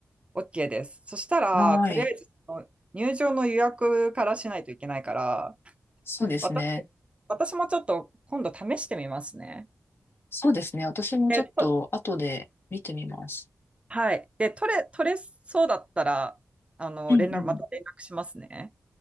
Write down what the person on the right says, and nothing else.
OK です。そしたら、
とりあえずその入場の予約からしないといけないから、
私、私もちょっと今度試してみますね。
えっと、はい。で、取れ、取れそうだったら、あの、
連絡、また連絡しますね。